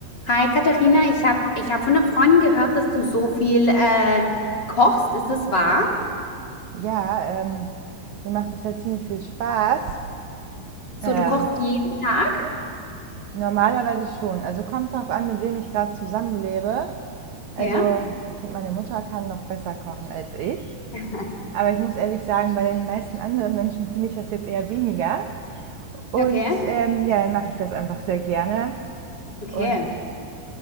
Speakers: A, on the left; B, on the right.
A: Hi Katharina, ich habe ich hab von einer Freundin gehört, dass du so viel äh, kochst. Ist das wahr?
B: Ja, ähm, mir macht das ja ziemlich viel Spaß.
A: So,
B: Ähm,
A: du kochst jeden Tag?
B: normalerweise schon. Also kommt drauf an, mit wem ich gerade zusammenlebe. Also
A: Ja.
B: ich finde, meine Mutter kann noch besser kochen als ich.
A: <laughs>
B: Aber ich muss ehrlich sagen, bei den meisten anderen Menschen finde ich das jetzt eher weniger. Und
A: Okay,
B: ähm, ja, dann mache ich das einfach sehr gerne.
A: okay.
B: Und